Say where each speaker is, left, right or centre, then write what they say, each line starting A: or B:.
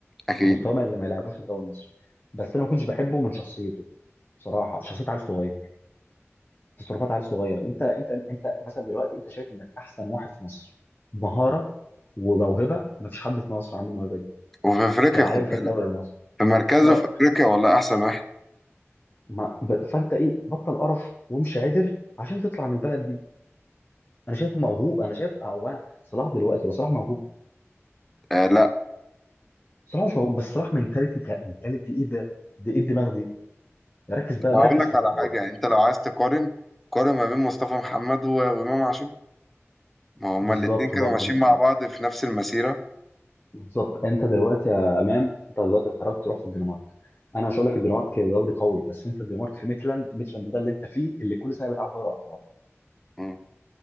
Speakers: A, in the centre; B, on the left.
A: أكيد
B: مستواه ما اللي ما يلعبوش في الدوري المصري بس انا ما كنتش بحبه من شخصيته بصراحه شخصيه عيل صغير تصرفات عيل صغير انت انت انت مثلا دلوقتي انت شايف انك احسن واحد في مصر بمهاره وموهبه ما فيش حد في مصر عنده الموهبه دي
A: وفي أفريقيا
B: كلاعب
A: خد
B: في
A: بالك
B: الدوري المصري
A: في مركزه
B: اه
A: في أفريقيا والله أحسن واحد
B: ما ب- فانت ايه بطل قرف وامشي عدل عشان تطلع من البلد دي انا شايفه موهوب انا شايف او انا صلاح دلوقتي وصلاح موهوب
A: آه،
B: صلاح مش موجود بس صلاح منتاليتي كمنتاليتي ايه ده؟ دي ايه الدماغ دي؟ ركز بقى
A: ما
B: بركز
A: اقول لك
B: في
A: على
B: الكوره
A: حاجه يعني انت لو عايز تقارن قارن ما بين مصطفى محمد و- وامام عاشور ما هما
B: بالظبط
A: الاتنين كانوا
B: برضه
A: ماشيين
B: مصاب
A: مع بعض في نفس المسيره
B: بالظبط انت دلوقتي يا امام انت دلوقتي خرجت رحت الدنمارك انا مش هقول لك الدنمارك دوري قوي بس انت الدنمارك في ميتلاند ميتلاند ده اللي انت فيه اللي كل سنه بيلعب دوري ابطال
A: مم.